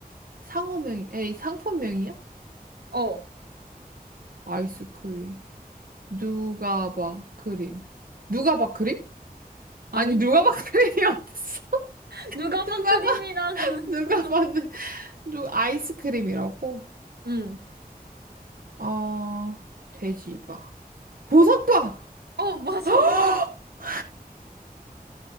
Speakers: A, on the right; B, on the right.
A: 상호명, 에이, 상품명이야?
B: 어.
A: 아이스크림. 누가 봐, 크림. 누가 봐, 크림? 아니,
B: 아니?
A: 누가 봐, 크림이 어딨어? <laughs>
B: <laughs> 누가봐
A: 누가
B: 크림이라는
A: 봐, 누가
B: 도넛.
A: 봐는, 누, 아이스크림이라고?
B: <laughs> 응.
A: 어, 돼지 봐. 보석바!
B: 어, 맞아.
A: <gasps>
B: <laughs>